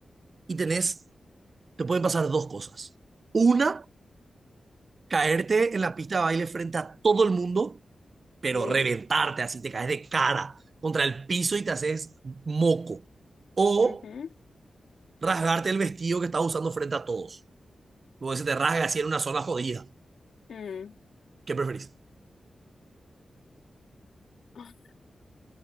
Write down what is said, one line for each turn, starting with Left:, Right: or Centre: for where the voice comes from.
Right: y tenés, te pueden pasar dos cosas. Una, caerte en la pista de baile frente a todo el mundo pero
Left: Sí.
Right: reventarte, así te caes de cara contra el piso y te haces moco. O
Left: Ujú.
Right: rasgarte el vestido que estabas usando frente a todos. Luego se te rasga así en una zona jodida.
Left: Mm.
Right: ¿Qué preferís?
Left: Ah,